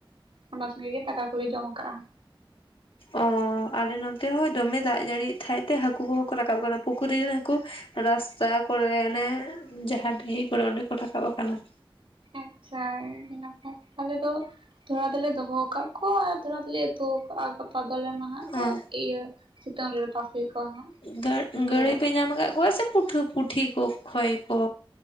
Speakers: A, on the right; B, on the left.
A: ᱚᱱᱟ ᱥᱚᱸᱜᱮ ᱜᱮ ᱫᱟᱠᱟ ᱠᱚᱞᱮ ᱡᱚᱢ ᱟᱠᱟᱜᱼᱟ᱾
B: ᱚ ᱟᱞᱮ ᱱᱚᱱᱛᱮ ᱦᱚᱸ ᱫᱚᱢᱮ ᱫᱟᱜ ᱡᱟᱹᱲᱤ ᱛᱟᱦᱮᱡ ᱛᱮ ᱦᱟᱹᱠᱩ ᱠᱚᱦᱚᱸ ᱠᱚ ᱨᱟᱠᱟᱵ ᱟᱠᱟᱱᱟ᱾ ᱯᱩᱠᱷᱩᱨᱤᱨ ᱨᱮᱱ ᱦᱟᱹᱠᱩ ᱨᱟᱥᱛᱟ ᱠᱚᱨᱮ ᱚᱱᱮ ᱡᱟᱦᱟᱸ ᱰᱟᱹᱦᱤ ᱠᱚᱨᱮ ᱚᱸᱰᱮ ᱠᱚ ᱨᱟᱠᱟᱵ ᱟᱠᱟᱱᱟ᱾
A: ᱟᱪᱪᱷᱟ ᱤᱱᱟ ᱠᱷᱟ ᱟᱞᱮ ᱫᱚ ᱛᱷᱚᱲᱟ ᱫᱚᱞᱮ ᱫᱚᱦᱚ ᱟᱠᱟᱫ ᱠᱚᱣᱟ᱾ ᱠᱚ ᱟᱨ ᱛᱷᱚᱲᱟ ᱛᱷᱚᱲᱤ ᱩᱛᱩᱣᱟᱠᱟᱫᱼᱟ᱾ ᱜᱟᱯᱟ ᱫᱚᱞᱮ ᱱᱟᱦᱟᱜ ᱞᱮ
B: ᱚ
A: ᱤᱭᱟᱹ ᱥᱤᱛᱩᱝ ᱨᱮᱞᱮ ᱛᱟᱥᱮ ᱠᱚᱣᱟ᱾ ᱦᱟᱸᱜ
B: ᱜᱟᱹ
A: ᱩᱱᱠᱩ
B: ᱜᱟᱹᱲᱟᱹᱭ
A: ᱫᱚ
B: ᱯᱮ ᱧᱟᱢ ᱟᱠᱟᱫ ᱠᱚᱣᱟ ᱥᱮ ᱯᱩᱴᱷ ᱯᱩᱴᱷᱤ ᱠᱚ ᱠᱷᱚᱭ ᱠᱚ?